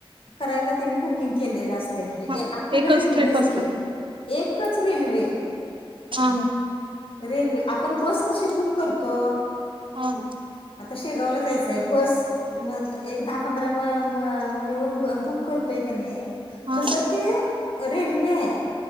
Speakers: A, on the left; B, on the right.
A: करायला त्यांनी बुकिंग केलेलं आस तय म्हणजे
B: हा
A: अखंड
B: एकच
A: रेल्वेच
B: ट्रिप असते
A: ती एकच रेल्वे.
B: हा
A: रेल्वे आपण बस कशी बुक करतो?
B: हा.
A: आता शेगावला जायचं आहे. बस म एक दहा पंधरा म म-मिळून बुक करतोय का नाही तस
B: हा
A: ते रेल्वे आहे.